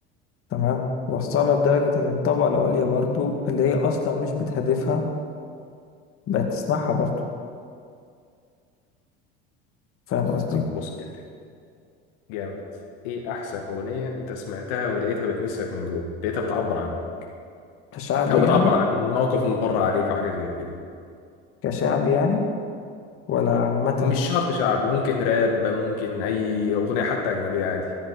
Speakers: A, on the left; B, on the left.
A: تمام وصلها لدرجة ان الطبقة العليا برضو اللي هي اصلا مش بتهدفها بقت تسمعها برضو فاهم قصدي
B: طب بص انت جامد ايه احسن اغنية انت سمعتها ولقيتها بتمسك من جوه لقيتها بتعبر عنك
A: كشعبي
B: او بتعبر
A: يعني
B: عن موقف مر عليك او حاجة زي كده
A: كشعبي يعني ولا عامة
B: مش شرط شعبي ممكن راب ممكن اي اغنية حتى اجنبية عادي